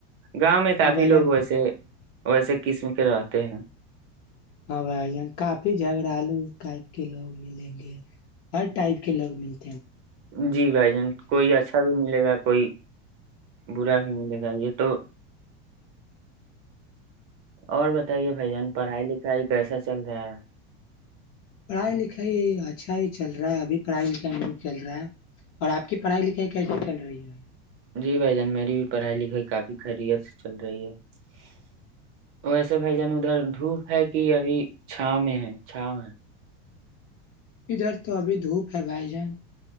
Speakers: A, on the right (about 45°); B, on the left (about 50°).
A: گاؤں میں کافی
B: ہاں بھائی
A: لوگ
B: جان
A: ویسے وہ ایسے قسم کے رہتے ہیں
B: ہاں بائی یہاں کافی جھگڑلو ٹائپ کے لوگ ملیں گے ہر ٹائپ کے لوگ ملیں
A: جی بھائی جان کوئی اچھا بھی ملے گا کوئی برا بھی ملے گا یہ تو اور بتائیے بھائی جان پڑھائی لکھائی کیسا چل رہا ہے
B: پڑھائی لکھائی اچھا ہی چل رہا ہے ابھی پڑھائی لکھائی نہیں چل رہا ہے اور آپ کی پڑھائی لکھائی کیس چل رہی ہے
A: جی بھ جان میری بھی پڑھائی لکھائی کافی خیریت سے چل رہی ہے ویسے بھائی جان ادھر دھوپ ہے کہ ابھی چھاؤ میں ہے چھاؤ ہے
B: ادھر تو ابھی دھوپ ہے بھائی جان